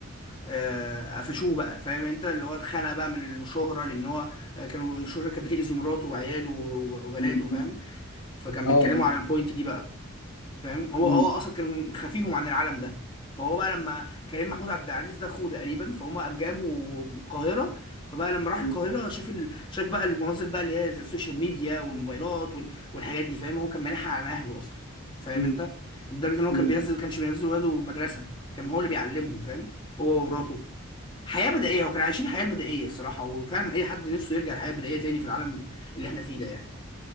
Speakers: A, on the left (about 20°); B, on the left (about 70°).
A: آه، قفشوه بقى فاهم انت اللي هو اتخنق بقى من الشهره لان هو آه، كانوا الشهره كانت بتأذي مراته وعياله وبناته
B: م.
A: فاهم فكان
B: اه
A: بيتكلموا
B: آه.
A: على البوينت دي بقى فاهم هو
B: مم،
A: هو اصلا كان خفيهم عن العالم ده فهو بقى لما كريم محمود عبد العزيز ده اخوه تقريبا فهم قام جابوا القاهره فبقى لما راح
B: مم،
A: القاهره شاف ال... شاف بقى المناظر بقى اللي هي زي السوشيال ميديا والموبايلات وال... والحاجات دي فاهم هو كان مانعها عن اهله اصلا فاهم
B: مم،
A: انت لدرجه ان هو
B: مم،
A: كان بينزل كانش بينزل ولاده مدرسه كان هو اللي بيعلمهم فاهم هو ومراته حياه بدائيه وكانوا عايشين الحياه البدائيه الصراحه وفعلا اي حد نفسه يرجع الحياه البدائيه تاني في العالم اللي احنا فيه ده يعني